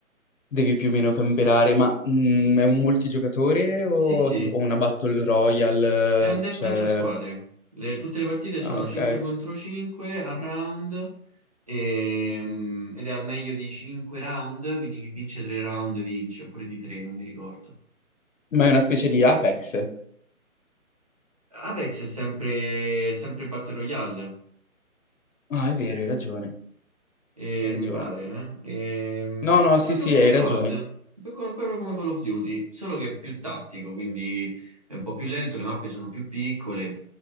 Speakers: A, on the left; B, on the right.
A: Devi più o meno camperare, ma mm, è un multigiocatore o
B: Sì, sì,
A: tipo o una Battle Royale?
B: è un
A: eh,
B: deathmatch
A: Cioè,
B: a squadre. Le- tutte le partite sono
A: ah, ok.
B: 5 contro 5 a round Ehm, ed è al meglio di 5 round, quindi chi vince 3 round vince, oppure di 3, non mi ricordo.
A: Ma è una specie di Apex.
B: Apex è sempre, è sempre Battle Royale,
A: Ah, è vero, hai ragione,
B: eh,
A: hai ragione.
B: mi pare. eh. Ehm,
A: No,
B: è,
A: no,
B: è
A: sì,
B: proprio
A: sì,
B: come
A: hai
B: COD,
A: ragione.
B: è co- proprio come Call of Duty, solo che è più tattico, quindi è un po' più lento, le mappe sono più piccole